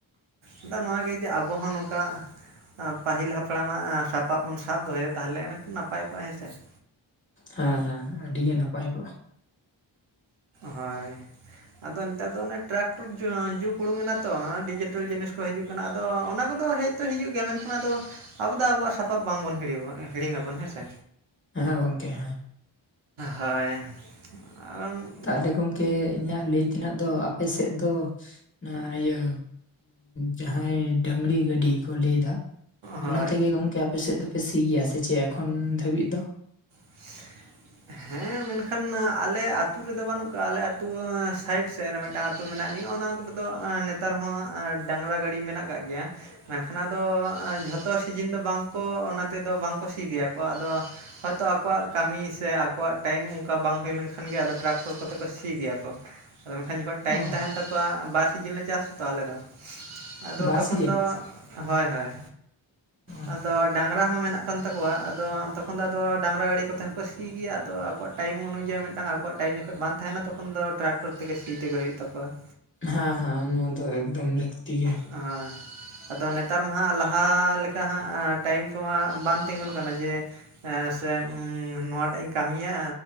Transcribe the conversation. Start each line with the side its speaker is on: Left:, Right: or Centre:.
Right: ᱟᱫᱚ ᱱᱚᱣᱟ ᱜᱮ ᱡᱮ ᱟᱵᱚ ᱦᱚᱸ ᱱᱚᱝᱠᱟ ᱮᱸ ᱯᱟᱹᱦᱤᱞ ᱦᱟᱯᱲᱟᱢᱟᱜ ᱮᱸ ᱥᱟᱯᱟᱵ ᱵᱚᱱ ᱥᱟᱵ ᱫᱚᱦᱚᱭᱟ ᱛᱟᱦᱞᱮ ᱮᱱ ᱠᱷᱟᱱ ᱱᱟᱯᱟᱭ ᱠᱚᱜᱼᱟ ᱦᱮᱸ ᱥᱮ ᱾
Left: ᱦᱮᱸ ᱦᱮᱸ ᱟᱹᱰᱤ ᱜᱮ ᱱᱟᱯᱟᱭ ᱠᱚᱜᱼᱟ ᱾
Right: ᱦᱳᱭ ᱟᱫᱚ ᱱᱮᱛᱟᱨ ᱫᱚ ᱚᱱᱮ ᱴᱨᱟᱠᱴᱚᱨ ᱡᱩᱜᱽ ᱩᱰᱩᱝ ᱮᱱᱟ ᱛᱚ ᱰᱤᱡᱤᱴᱮᱞ ᱡᱤᱱᱤᱥ ᱠᱚ ᱦᱤᱡᱩᱜ ᱠᱟᱱᱟ ᱟᱫᱚ ᱚᱱᱟ ᱠᱚᱫᱚ ᱦᱮᱡ ᱫᱚ ᱦᱤᱡᱩᱜ ᱜᱮᱭᱟ ᱢᱮᱱᱠᱷᱟᱱ ᱟᱫᱚ? ᱟᱵᱚ ᱫᱚ ᱟᱵᱚᱣᱟᱜ ᱥᱟᱯᱟᱵ ᱵᱟᱝᱵᱚᱱ ᱦᱤᱲᱤᱢ <unintelligible> ᱦᱤᱲᱤᱝ ᱟᱵᱚᱱ ᱦᱮᱸᱥᱮ᱾
Left: ᱦᱮᱸ ᱜᱚᱝᱠᱮ ᱦᱮᱸ ᱾
Right: ᱦᱳᱭ ᱟᱨᱢ <unintelligible>
Left: ᱛᱟᱦᱞᱮ ᱜᱚᱝᱠᱮ ᱤᱧᱟᱹᱜ ᱞᱟᱹᱭ ᱛᱮᱱᱟᱜ ᱫᱚ ᱟᱯᱮ ᱥᱮᱫ ᱫᱚ? <unintelligible> ᱤᱭᱟᱹ ᱡᱟᱦᱟᱸᱭ ᱰᱟᱝᱲᱤ ᱜᱟᱹᱰᱤ ᱠᱚ ᱞᱟᱹᱭ ᱮᱫᱟ ᱾ ᱚᱱᱟ
Right: ᱦᱳᱭ
Left: ᱛᱮᱜᱮ ᱜᱚᱝᱠᱮ ᱟᱯᱮ ᱥᱮᱫ ᱫᱚᱯᱮ ᱥᱤ ᱜᱮᱭᱟ ᱥᱮ ᱪᱮᱜ ᱮᱠᱷᱚᱱ ᱫᱷᱟᱹᱵᱤᱡ ᱫᱚ?
Right: <inaudible> ᱦᱮᱸ ᱢᱮᱱᱠᱷᱟᱱ ᱟᱞᱮ ᱟᱹᱛᱩ ᱨᱮᱫᱚ ᱵᱟᱹᱱᱩᱜ ᱠᱚᱟᱜᱼᱟ, ᱟᱞᱮ ᱟᱹᱛᱩ ᱥᱟᱭᱤᱰ ᱥᱮᱜ ᱨᱮ <unintelligible> ᱮᱴᱟᱜ ᱟᱹᱛᱩ ᱢᱮᱱᱟᱜ ᱟᱹᱱᱤ ᱚᱱᱟ <unintelligible> ᱱᱮᱛᱟᱨ ᱦᱚᱸ ᱰᱟᱝᱲᱟ ᱜᱟᱹᱰᱤ ᱢᱮᱱᱟᱜ ᱟᱠᱟᱜ ᱜᱮᱭᱟ ᱾ ᱢᱮᱱᱠᱷᱟᱱ ᱟᱫᱚ ᱡᱷᱚᱛᱚ ᱥᱤᱡᱤᱱ ᱫᱚ ᱵᱟᱝᱠᱚ ᱚᱱᱟ ᱛᱮᱫᱚ ᱵᱟᱝᱠᱚ ᱥᱤ ᱜᱮᱭᱟᱠᱚ ᱟᱫᱚ, ᱦᱳᱭ ᱛᱚ <unintelligible> ᱟᱠᱚᱣᱟᱜ ᱠᱟᱹᱢᱤ ᱥᱮ ᱟᱠᱚᱣᱟᱜ ᱴᱟᱭᱤᱢ ᱚᱱᱠᱟ ᱵᱟᱝ ᱦᱩᱭ ᱞᱮᱱᱠᱷᱟᱱ ᱜᱮ ᱟᱫᱚ ᱴᱨᱟᱠᱴᱚᱨ ᱠᱟᱛᱮ ᱠᱚ ᱥᱤ ᱜᱮᱭᱟ ᱠᱚ ᱾ ᱱᱚᱝᱠᱟᱱ ᱡᱚᱠᱷᱚᱡ, ᱴᱟᱭᱤᱢ
Left: ᱚ
Right: ᱛᱟᱦᱮᱸᱱ ᱛᱟᱠᱚᱣᱟ, ᱵᱟᱨ ᱥᱤᱡᱤᱱ ᱞᱮ ᱪᱟᱥ ᱟ ᱛᱚ ᱟᱞᱮ ᱫᱚ ᱟᱫᱚ
Left: ᱵᱟᱨ
Right: ᱛᱚᱠᱷᱚᱱ
Left: ᱥᱤᱡᱤᱱ
Right: ᱫᱚ, ᱦᱳᱭ ᱦᱳᱭ
Left: ᱚ
Right: ᱟᱫᱚ ᱰᱟᱝᱨᱟ ᱦᱚᱸ ᱢᱮᱱᱟᱜ ᱠᱟᱱ ᱛᱟᱠᱚᱣᱟ ᱟᱫᱚ ᱛᱚᱠᱷᱚᱱ ᱫᱚ ᱟᱫᱚ? ᱰᱟᱝᱨᱟ ᱜᱟᱹᱰᱤ ᱠᱚᱛᱮ ᱦᱚᱸᱠᱚ ᱥᱤ ᱜᱮᱭᱟ ᱟᱫᱚ ᱟᱠᱚᱣᱟᱜ ᱴᱟᱭᱤᱢ ᱚᱱᱩᱡᱟ ᱢᱤᱫᱴᱟᱝ ᱟᱠᱚᱣᱟᱜ ᱴᱟᱭᱤᱢ ᱡᱚᱠᱷᱚᱱ ᱵᱟᱝ ᱛᱟᱦᱮᱱᱟ ᱛᱚᱠᱷᱚᱱ ᱫᱚ ᱴᱨᱟᱠ <unintelligible> <unintelligible> ᱥᱤ ᱛᱮ ᱜᱮ ᱦᱩᱭᱩᱜ ᱛᱟᱠᱚᱣᱟ ᱾
Left: ᱦᱟᱸ ᱦᱟᱸ ᱱᱚᱣᱟ ᱫᱚ ᱮᱠᱫᱚᱢ ᱞᱟᱹᱠᱛᱤ ᱜᱮᱭ ᱾
Right: <unintelligible> ᱟᱭ ᱟᱫᱚ ᱱᱮᱛᱟᱨ ᱢᱟ ᱦᱟᱸᱜ ᱞᱟᱦᱟ ᱞᱮᱠᱟ ᱦᱟᱸᱜ ᱴᱟᱭᱤᱢ ᱠᱚᱢᱟ ᱵᱟᱝ ᱛᱮᱸᱜᱩᱱ ᱠᱟᱱᱟ ᱡᱮ ᱾ ᱦᱮᱸ ᱥᱮ ᱱᱚᱣᱟᱴᱟᱜ ᱤᱧ ᱠᱟᱹᱢᱤᱭᱟ